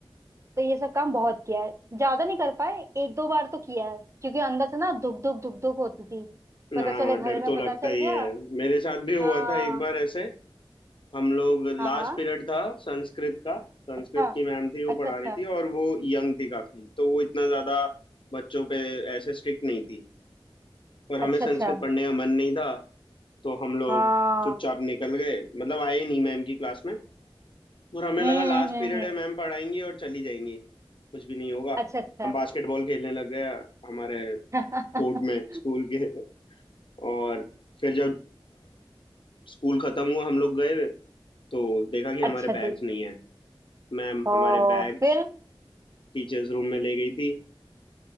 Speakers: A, on the right (about 30°); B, on the left (about 60°).
A: तो ये सब काम बहुत किया है ज्यादा नहीं कर पाए एक दो बार तो किया है क्योंकि अंदर से ना धुक धुक धुक धुक होती थी
B: ना
A: पता चले घर
B: डर
A: में
B: तो
A: पता
B: लगता
A: चल
B: ही
A: गया
B: है मेरे साथ भी हुआ
A: हाँ
B: था एक बार ऐसे हम लोग लास्ट
A: हाँ हाँ
B: पीरियड था संस्कृत का संस्कृत
A: अच्छा
B: की मैम थी वो
A: अच्छा
B: पढ़ा
A: अच्छा
B: रही थी और वो यंग थी काफी तो वो इतना ज्यादा बच्चों पे ऐसे स्ट्रिक्ट नहीं थी पर
A: अच्छा
B: हमें संस्कृत
A: अच्छा
B: पढ़ने का मन नहीं था तो हम लोग
A: हाँ
B: चुपचाप निकल गए मतलब आए ही नहीं मैम की क्लास में और हमें
A: हम्म
B: लगा लास्ट
A: हम्म
B: पीरियड
A: हम्म,
B: है मैम पढ़ाएंगी और चली जाएंगी कुछ भी नहीं होगा
A: अच्छा अच्छा
B: हम बास्केटबॉल खेलने लग गए हमारे
A: <laughs>
B: कोर्ट में स्कूल के और फिर जब स्कूल खत्म हुआ हम लोग गए तो देखा कि हमारे
A: अच्छा
B: बैग्स
A: जी
B: नहीं है मैम
A: ओ
B: हमारे बैग्स
A: फिर
B: टीचर्स रूम में ले गई थी